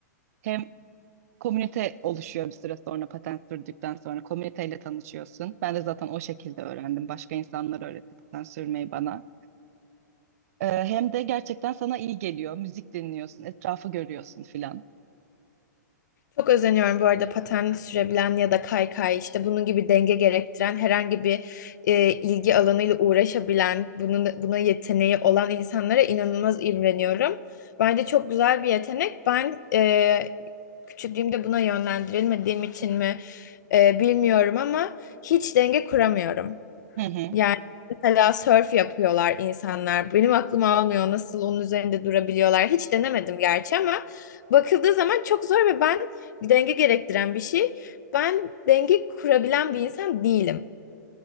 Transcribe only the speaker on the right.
Hem komünite oluşuyor bir süre sonra paten sürdükten sonra komüniteyle tanışıyorsun. Ben de zaten o şekilde öğrendim. Başka insanlar öğretti paten sürmeyi bana. E, hem de gerçekten sana iyi geliyor. Müzik dinliyorsun, etrafı görüyorsun filan.
Hı hı.